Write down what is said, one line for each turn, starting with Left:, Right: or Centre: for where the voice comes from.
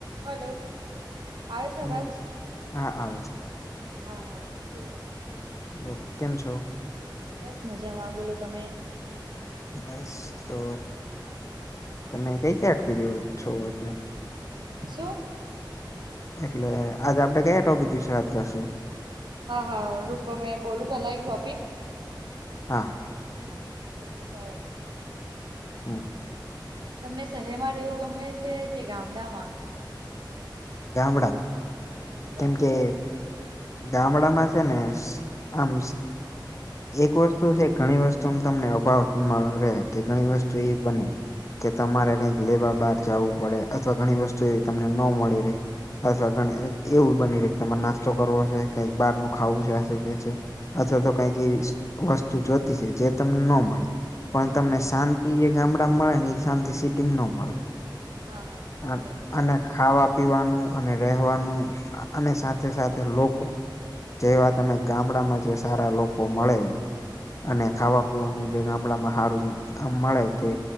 Right: Hello. આવે છે
Left: હમ
Right: અવાજ?
Left: હા આવે છે
Right: હા, હા, બોલો.
Left: બોલો, કેમ છો?
Right: બસ મજામાં. બોલો તમે?
Left: બસ તો, તમે કઈ સાઇડ થી રહ્યો છો એટલે?
Right: શું?
Left: એટલે, આજ આપડે કયા ટોપિક વિશે વાત કરશું?
Right: હા હા. રૂકો. મેં બોલું પેલા એક ટોપિક?
Left: હા.
Right: એક મિનિટ ચાલુ રાખજો.
Left: હમ
Right: તમને શહેરમાં રહેવું ગમે છે, કે ગામડામાં?
Left: ગામડામાં.
Right: બરાબર
Left: કેમ કે ગામડામાં છે ને, આમ એક વસ્તુ છે ઘણી વસ્તુમ તમને અભાવ રહે. કે ઘણી વસ્તુ એવી બને કે તમારે કંઈક લેવા બહાર જવું પડે, અથવા ઘણી વસ્તુ એવી તમને નો મળી રહે. અથવા ઘણી એવું બની રહે, તમારે નાસ્તો કરવો હશે કઇક બહારનું ખાવું છે. આ છે, તે છે. અથવા તો કંઈક એવી વસ્તુ જોતી છે, જે તમને નો મળે. પણ તમને શાંતિ જે ગામડામાં મળે ને, ઈ શાંતિ સિટીમ નો મળે.
Right: હા હા સાચી
Left: આ-
Right: વાત છે.
Left: અને ખાવા પીવાનું, અને રહેવાનું અને સાથે સાથે લોકો જેવા તમે, ગામડામાં જે સારા લોકો મળે
Right: હા
Left: અને
Right: હા
Left: ખાવા પીવાનું જે ગામડામાં હારું આ મળે, કે